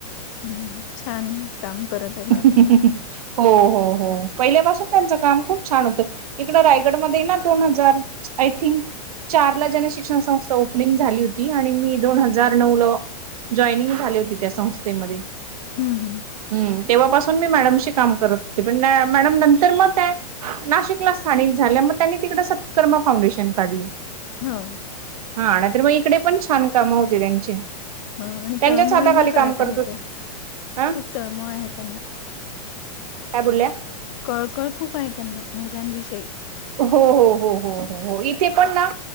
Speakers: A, on the left; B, on the right.
A: हम्म हम्म छान हम्म. काम करत हाय.
B: हो हो हो पहिल्यापासून त्यांच काम खूप छान होत. इकड रायगडमध्येध्ये ना दोन हजार आय थिंक. चार ला जन शिक्षण संस्था ओपनिंग झाली होती आणि मी दोन हजार नऊ ल जॉइनिंग झाली होती त्या संस्थेमध्ये.
A: हम्म हम्म.
B: हम्म तेव्हापासून मी मॅडमशी काम करत होती पण मॅडम नंतर मग त्या <unintelligible> नाशिकला स्थानिक झाल्या म त्यांनी तिकड सत्कर्म फाउंडेशन काढलं.
A: हो
B: हा नाही तर मग इकडे पण छान कामं होते त्यांचे.
A: ह आणि
B: त्यांच्याच
A: तळमळीने
B: हाताखाली काम
A: करत आहे
B: होत.
A: ते
B: हा
A: खूप तळमळ आहे त्यांना.
B: काय बोल्या.
A: कळकळ खूप आहे त्यांना महिलां विषयी.
B: हो हो हो हो हो हो इथे पण ना